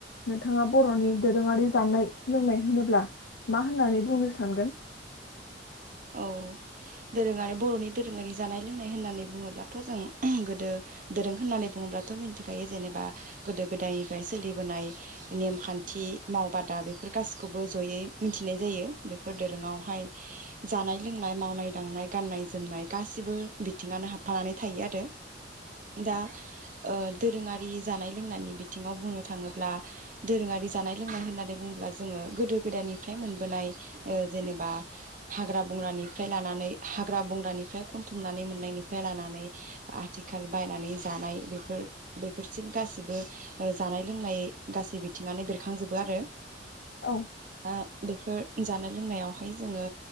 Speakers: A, on the left (about 75°); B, on the right (about 45°).
A: नोंथाङा बर'नि दोरोङारि जानाय लोंनाय होनोब्ला मा होननानै बुंनो सानगोन?
B: औ दोरोङारि बर'नि दोरोङारि जानाय लोंनाय होननानै बुङोब्लाथ' जों ओहुम गोदो दोरों होननानै बुङोब्लाथ' मिथिखायो जेनेबा गोदो गोदायनिफ्राय सोलिबोनाय नेमखान्थि मावबादा बेफोर गासिखौबो जयै मिथिनाय जायो बेफोर दोरोङावहाय जानाय लोंनाय मावनाय दांनाय गान्नाय जोमनाय गासिबो बिथिङानो हाबफानानै थायो आरो दा ओ दोरोङारि जानाय लोंनायनि बिथिङाव बुंनो थाङोब्ला दोरोङारि जानाय लोंनाय होननानै बुङोब्ला जोङो गोदो गोदायनिफ्राय मोनबोनाय ओ जेनेबा हाग्रा बंग्रानिफ्राय लानानै हाग्रा बंग्रानिफ्राय खनथुमनानै मोननायनिफ्राय लानानै आथिखाल बायनानै जानाय बेफोर बेफोरसिम गासैबो ओ जानाय लोंनाय गासै बिथिङानो बेरखांजोबो आरो।
A: औ
B: आ बेफोर जानाय लोंनायावहाय जोङो